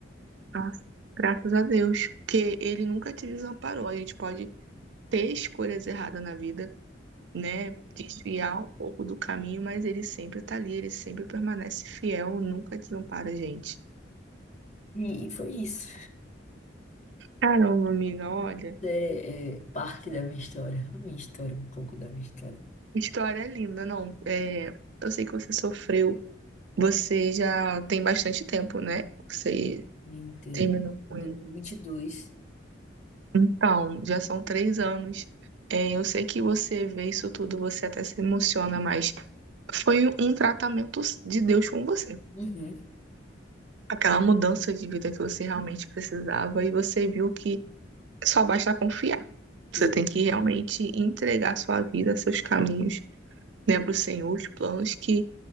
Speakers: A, on the right (about 70°); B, on the left (about 40°).
A: nossa, graças a Deus. Porque ele nunca te desamparou. A gente pode ter escolhas erradas na vida, né? Desviar um pouco do caminho, mas ele sempre tá ali, ele sempre permanece fiel, nunca desampara a gente.
B: E, e foi isso.
A: Caramba, amiga, olha.
B: É, é parte da minha história. A minha história, um pouco da minha história.
A: História é linda, não. É, eu sei que você sofreu, você já tem bastante tempo, né? Você
B: Me entrei
A: terminou com
B: em 2022.
A: ele. Então, já são três anos. É, eu sei que você vê isso tudo, você até se emociona, mas foi um tratamento de Deus com você.
B: Uhum.
A: Aquela mudança de vida que você realmente precisava e você viu que só basta confiar. Você
B: E,
A: tem que realmente entregar sua vida, seus caminhos, né,
B: e
A: para o Senhor, os planos que